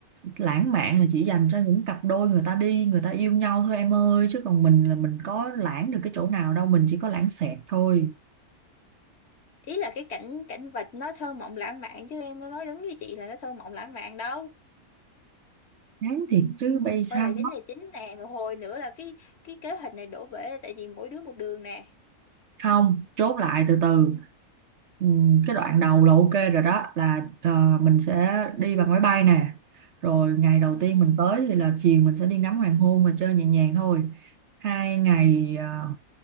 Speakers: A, on the right; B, on the left.
A: lãng mạn là chỉ dành cho những cặp đôi người ta đi người ta yêu nhau thôi em ơi chứ còn mình là mình có lãng được cái chỗ nào đâu mình chỉ có lãng xẹt thôi
B: ý là cái cảnh cảnh vật nó thơ mộng lãng mạn chứ em nói đúng với chị là nó thơ mộng lãng mạn đâu
A: chán thiệt chứ bây sao
B: quay lại vấn đề chính nè một hồi nữa là cái cái kế hoạch này đổ bể tại vì mỗi đứa một đường nè
A: không chốt lại từ từ Ừm, cái đoạn đầu là ok rồi đó là ờ, mình sẽ đi bằng máy bay nè rồi ngày đầu
B: ừ.
A: tiên mình tới thì là chiều mình sẽ đi ngắm hoàng hôn và chơi nhẹ nhàng thôi hai ngày ờ,